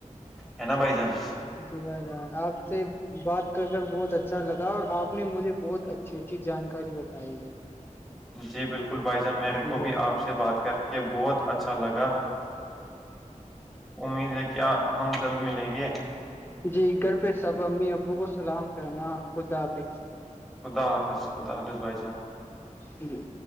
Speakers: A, in the centre; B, on the left.
A: ہے نا بھائی جان
B: جی بھائی جان آپ سے بات کر کر بہت اچھا لگا اور آپ نے مجھے بہت اچھی اچھی جانکاری بتائی
A: جی بالکل بالکل بھائی جان میرے
B: جی
A: کو
B: بھائی
A: بھی آپ سے بات کر کے بہت اچھا لگا امید ہے کیا ہم جلد ملیں گے
B: جی گھر پہ سب امی ابو کو سلام کرنا خداپ
A: خدا حافظ خدا حافظ بائی جان
B: جی